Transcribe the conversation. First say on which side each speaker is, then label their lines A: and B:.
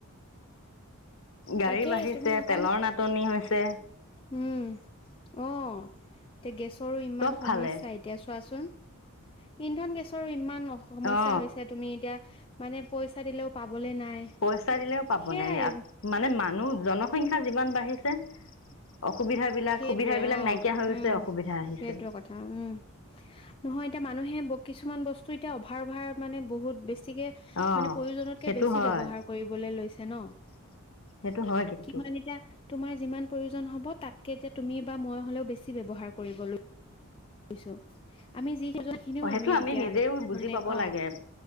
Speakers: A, on the left; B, on the left.
A: গাড়ী
B: তাকে
A: বাঢ়িছে,
B: তুমি অকণ
A: তেলৰ নাটনি হৈছে।
B: উম অ' কে গেছ তোৰও ইমান
A: চব
B: সমস্যা
A: ফালে
B: এতিয়া চোৱাচোন। ইন্ধন গেছৰো ইমান সমস্যা
A: অ
B: হৈছে তুমি এতিয়া মানে পইচা দিলেও পাবলে নাই
A: পইচা দিলেওঁ পাব
B: সেয়াই
A: নাই, মানে মানুহ জনসংখ্যা যিমান বাঢ়িছে। অসুবিধা বিলাক
B: সেইটোৱে
A: সুবিধা বিলাক
B: অ'
A: নাইকিয়া হৈ গৈছে
B: উম,
A: অসুবিধা আহিছে
B: সেইটোৱে কথা উম, নহয় এতিয়া মানুহে কিছুমান বস্তু এতিয়া অভাৰ অভাৰ মানে বহুত বেছি বেছিকে
A: অ
B: মানে, প্ৰয়োজনতকে
A: সেইটো
B: বেছি
A: হয়
B: ব্যৱহাৰ কৰিবলৈ লৈছে। <unintelligible>
A: সেইটো হয় কিন্তু
B: কিমান এতিয়া তোমাৰ যিমান প্ৰয়োজন হ'ব তাত কে এতিয়া তুমি বা মই হ'লেও বেছি ব্যৱহাৰ কৰিবলৈ লৈছোঁ, আমি যি সেইখিনিও
A: অঁ' সেইটো আমি
B: এতিয়া
A: নিজেও বুজি
B: মানে
A: পাব
B: অ
A: লাগে,